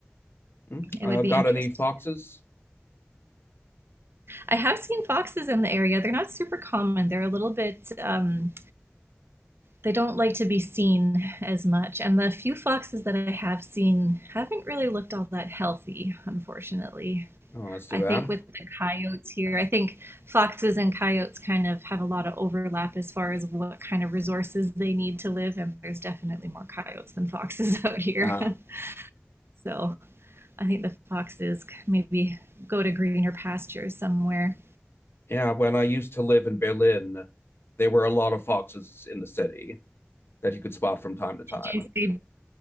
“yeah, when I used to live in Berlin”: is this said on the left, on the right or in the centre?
Left